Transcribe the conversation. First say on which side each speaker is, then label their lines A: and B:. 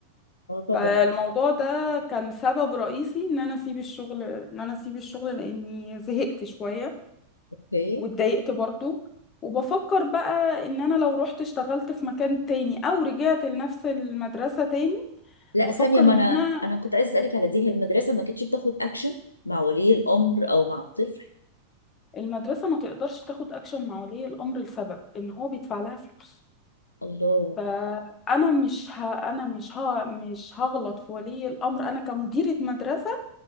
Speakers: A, on the left (about 80°); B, on the left (about 30°).
A: اه طبعا
B: فالموضوع ده كان سبب رئيسي ان انا اسيب الشغل ان انا اسيب الشغل لاني زهقت شوية
A: اوكي
B: واتضايقت برضو وبفكر بقى ان انا لو رحت اشتغلت في مكان تاني او رجعت لنفس المدرسة تاني
A: لا
B: بفكر
A: ثانية ما
B: ان
A: انا
B: انا
A: انا كنت عايزة اسألك على دي هي المدرسة ما كانتش بتاخد اكشن مع ولي الأمر او مع الطفل
B: المدرسة ما تقدرش تاخد اكشن مع ولي الامر لسبب ان هو بيدفع لها فلوس
A: الله
B: فانا مش ه... انا مش ه... مش هغلط في ولي الامر انا كمديره مدرسه